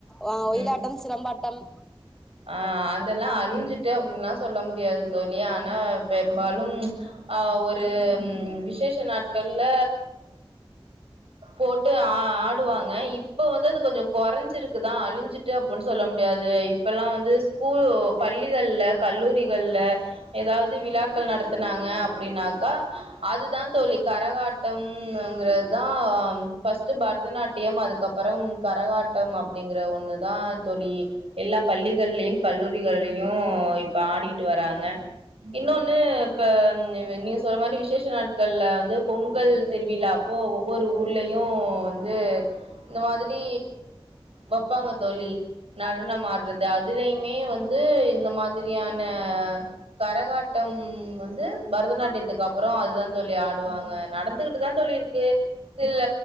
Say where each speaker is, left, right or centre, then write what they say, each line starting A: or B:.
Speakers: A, in the centre; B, on the right (about 85°).
A: அஹ் ஒயிலாட்டம்
B: ம்
A: சிலம்பாட்டம்
B: ஆ அதெல்லா அழிஞ்சிட்டு அப்டின்ளா சொல்ல முடியாது தோழி ஆனா பெரும்பாலும் அ ஒரு விசேஷ நாட்கள்ல போட்டு ஆ ஆடுவாங்க இப்ப வந்து அது கொஞ்சோ கொறஞ்சிருக்குதா அழிஞ்சிட்டு அப்பன்‌ சொல்ல முடியாது ப்பல்லா வந்து ஸ்கூ பள்ளிகள்ல கல்லூரி கள்ல ஏதாவது விழாக்கள் நடத்துனாங்க அப் ப்டின்னாக்கா அதுதா தோழி கரகாட்டம்ங்கிறதா ஃபஸ்ட்டு பரதநாட்டியம் அதுக்கப்பறம் கரகாட்டம் அப்டிங்கிற ஒன்னு தா தோழி பள்ளிகள்லியு கல்லூரிகள்யு யூ இப்ப ஆடிட்டு வராங்க இன்னொன்னு ப்ப <unintelligible> <unintelligible> மாதிரி விசேஷ நாட்கள்ல வந்து பொங்கல் திருவிழா அப்போ ஒவ்வொரு ஊர்லயு வந்து இந்த மாதிரி வெப்பாங்க தோழி நடனம் மாடுற அதுலயுமே வந்து இந்த மாதிரியான கரகாட்டம் வந்து பரதநாட்யத்துக்கப்பறோ அதா தான் தோழி ஆடுவாங்க நடந்துகுட்டு தா தோழி இருக்கு சில